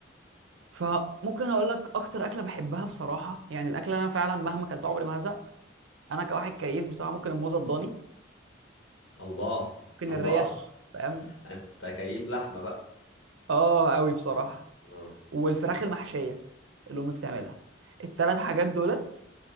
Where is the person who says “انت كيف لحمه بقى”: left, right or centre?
Left